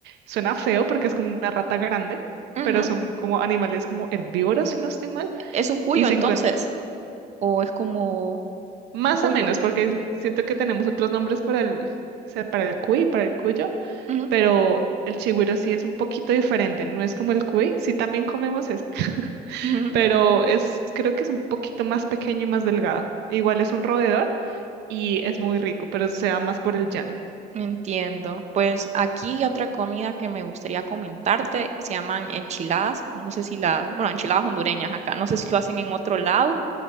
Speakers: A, on the right; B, on the right.
A: suena feo porque es como una rata grande,
B: Ujú,
A: pero
B: ujú.
A: son como animales como herbívoros, si no estoy mal.
B: Es un cuyo
A: Y se
B: entonces.
A: encuentran,
B: o es como un
A: Más
B: cuyo.
A: o menos, porque siento que tenemos otros nombres para el, o sea, para el cuy, para el cuyo,
B: Ujú,
A: pero el chigüiro sí es un poquito diferente, no es como el cuy, sí también comemos ese, <laughs>
B: ujú,
A: pero es, creo que es un poquito más pequeño y más delgado. Igual es un roedor y es muy rico, pero se va más por el llano.
B: Entiendo. Pues aquí hay otra comida que me gustaría comentarte, se llaman enchiladas. No sé si las, bueno, enchiladas hondureñas acá, no sé si lo hacen en otro lado,